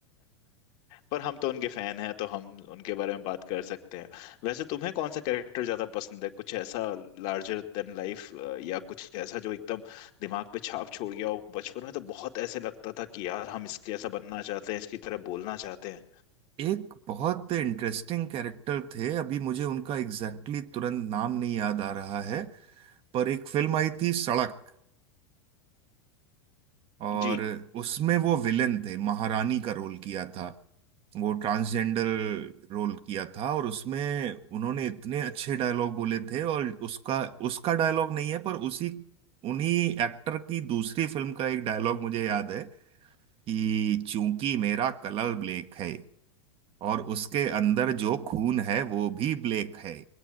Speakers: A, on the left; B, on the right.
A: पर हम तो उनके फैन हैं तो हम उनके बारे में बात कर सकते हैं वैसे तुम्हें कौन सा कैरेक्टर ज्यादा पसंद है कुछ ऐसा लार्जर देन लाइफ या कुछ ऐसा जो एकदम दिमाग पे छाप छोड़ गया हो बचपन में तो बहुत ऐसे लगता था कि यार हम इसके ऐसा बनना चाहते हैं इसकी तरह बोलना चाहते हैं
B: <laughs> एक बहुत इंटरेस्टिंग कैरेक्टर थे अभी मुझे उनका एग्जैक्टली exactly तुरंत नाम नहीं याद आ रहा है पर एक फिल्म आई थी सड़क और
A: जी
B: उसमें वो विलेन थे महारानी का रोल किया था वो ट्रांसजेंडर रोल किया था और उसमें उन्होंने इतने अच्छे डायलॉग बोले थे और उसका उसका डायलॉग नहीं है पर उसी उन्हीं एक्टर की दूसरी फिल्म का एक डायलॉग मुझे याद है कि चूंकि मेरा कलर ब्लैक है और उसके अंदर जो खून है वो भी ब्लैक है